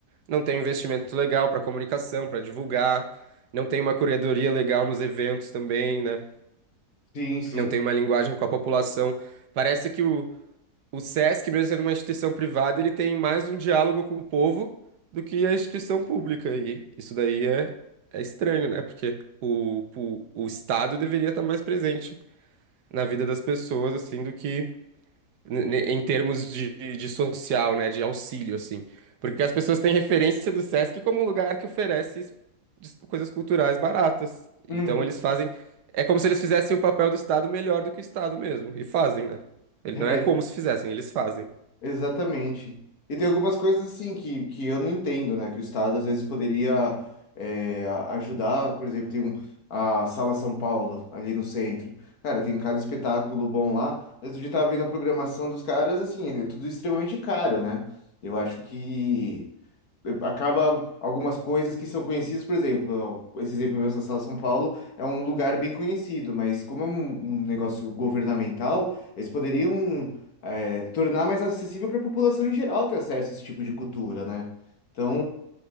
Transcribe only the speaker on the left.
Sim, sim.
Uhum.
É,
exatamente. E tem algumas coisas assim que, que eu não entendo, né? Que o Estado às vezes poderia é, a- ajudar, por exemplo, tem um, a Sala São Paulo ali no centro. Cara, tem cada espetáculo bom lá. Mas eu já tava vendo a programação dos caras, assim, é tudo extremamente caro, né? Eu acho que eh, acaba algumas coisas que são conhecidas, por exemplo, ó, esse exemplo mesmo da Sala São Paulo é um lugar bem conhecido, mas como é um, um negócio governamental, eles poderiam é, tornar mais acessível para a população em geral ter acesso a esse tipo de cultura, né? Então,